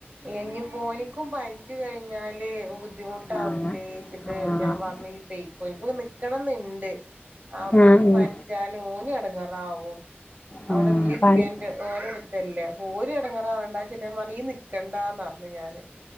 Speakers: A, on the right; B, on the left.
A: ഇനിയിപ്പോ ഓനിക്കും പനിച്ചു കഴിഞ്ഞാല് ബു ബുദ്ധിമുട്ടാവൂലേച്ചിട്ട്
B: ആ ആ ആ
A: ഞാൻ പർണ് ഇയ്യ് പെയ്ക്കോ ഓൽക്ക് ഇപ്പം നിക്കെണംന്ന് ഇണ്ട് അവനി
B: ആ ഉം.
A: പനിച്ചാല് ഓന് എടങ്ങാറാവും
B: ആ
A: അവിടെന്നെപ്പന്റെ
B: പനി-
A: ഓരട്ത്തല്ലേ അപ്പൊ ഓരിക്ക്‌ എടങ്ങേറാവേണ്ടന്നു വെച്ചിട്ട് ഞാൻ പറഞ്ഞു നീ നിൽക്കണ്ടന്ന് പറഞ്ഞു ഞാന്